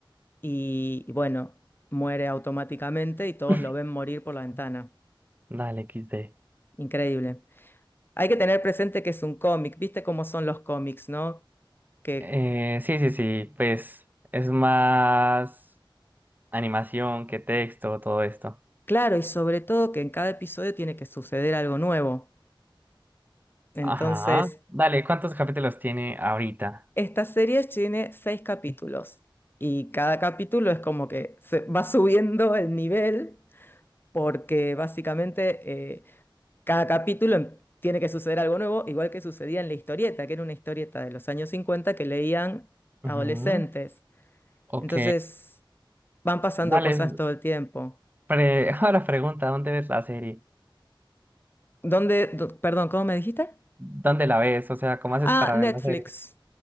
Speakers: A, on the left (about 25°); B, on the right (about 20°).
A: y y bueno, muere automáticamente y todos
B: <laughs>
A: lo ven morir por la ventana.
B: dale, XD.
A: Increíble. Hay que tener presente que es un cómic, viste cómo son los cómics, ¿no? Que,
B: Eh, sí, sí, sí, pues es más animación que texto, todo esto.
A: claro, y sobre todo que en cada episodio tiene que suceder algo nuevo. Entonces,
B: Ajá. Dale, ¿cuántos capítulos tiene ahorita?
A: esta serie tiene seis capítulos y cada capítulo es como que se va subiendo el nivel porque básicamente eh, cada capítulo em- tiene que suceder algo nuevo, igual que sucedía en la historieta, que era una historieta de los años 50 que leían adolescentes.
B: Ujú, Ok.
A: Entonces, van pasando
B: Dale,
A: cosas todo el tiempo.
B: pre- <laughs> ahora pregunta, ¿dónde ves la serie?
A: ¿Dónde? do- perdón, ¿cómo me dijiste?
B: ¿Dónde la ves? O sea, ¿cómo haces
A: Ah,
B: para
A: Netflix.
B: ver la serie?